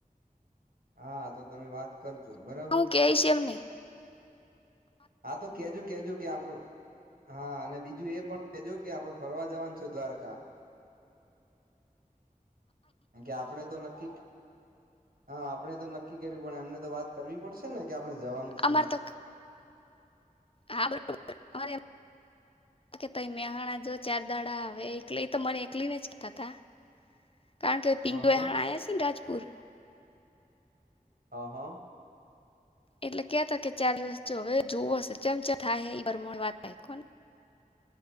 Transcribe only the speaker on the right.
હા, તો તમે વાત કરજો બરાબર
હા તો કેજું કેજુ કે આપ, હા અને બીજું એ પણ કેજો કે આપડે ફરવા જવાના છે, દ્વારકા. કારણકે આપણે તો નક્કી, હા આપણે તો નક્કી કર્યું, પણ એમને તો વાત કરવી પડશે ને કે આપણે જવાનું છે,
એમ.
<inaudible>
અ હ
હા, હા